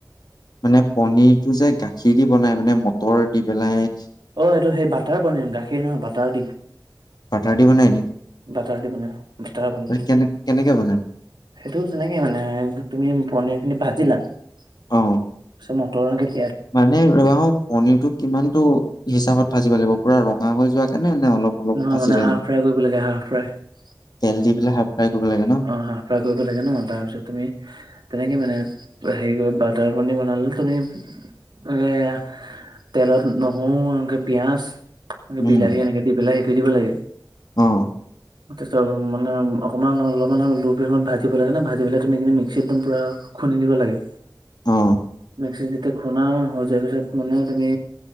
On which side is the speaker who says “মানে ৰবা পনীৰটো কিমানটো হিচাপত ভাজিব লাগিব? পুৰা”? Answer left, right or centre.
Left